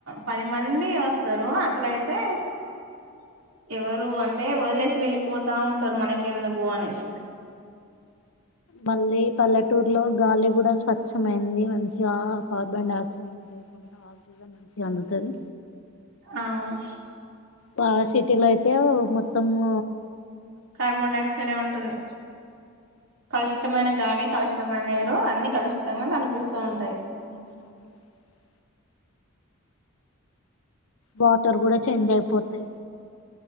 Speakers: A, on the right (about 75°); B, on the left (about 70°).
A: పది మంది వస్తరూ అక్కడైతే <inaudible> ఎవరూ అంటే వదిలేసి వెళ్ళిపోతా ఉంటరు మనకెందుకూ అనేసి <inaudible>
B: మళ్ళీ పల్లెటూర్లో గాలి కూడ స్వచ్చమైంది మంచిగా కార్బన్ డైఆక్సైడ్ అందుతది
A: అవ్
B: పావర్ సిటీలో అయితే మొత్తమూ
A: కార్బన్ డైఆక్సైడె ఉంటుంది కలుషితమైన గాలి కలుష్ ద్ద మ నీరూ అన్ని కలుషితంగాను అనిపిస్తూ ఉంటది
B: <inaudible> వాటర్ కూడ చేంజ్ అయ్పోతది